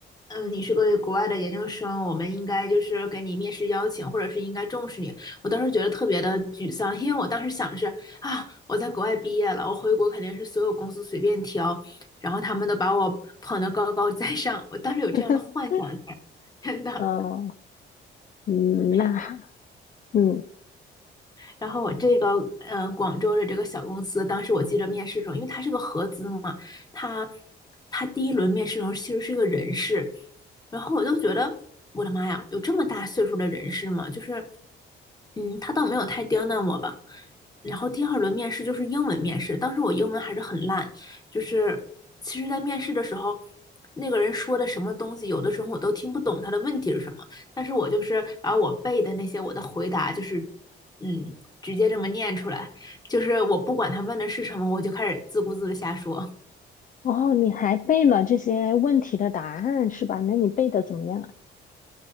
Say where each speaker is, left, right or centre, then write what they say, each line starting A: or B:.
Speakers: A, on the left; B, on the left.
A: 嗯，你是个国外的研究生，我们应该就是给你面试邀请，或者是应该重视你。我当时觉得特别的沮丧，因为我当时想的是啊，我在国外毕业了，我回国肯定是所有公司随便挑，然后他们都把我捧得高高在上。我当时有这样的幻想在，
B: <laughs>
A: 真的。
B: 呃，嗯，
A: 嗯。
B: 那还嗯，
A: 然后我这个嗯，广州的这个小公司，当时我记得面试的时候，因为它是个合资嘛，它它第一轮面试的时候其实是一个人事，然后我就觉得我的妈呀，有这么大岁数的人事吗？就是嗯，他倒没有太刁难我吧。然后第二轮面试就是英文面试，当时我英文还是很烂，就是其实在面试的时候。那个人说的什么东西，有的时候我都听不懂他的问题是什么，但是我就是把我背的那些我的回答，就是嗯，直接这么念出来，就是我不管他问的是什么，我就开始自顾自的瞎说。<laughs>
B: 哦，你还背了这些问题的答案是吧？那你背的怎么样啊？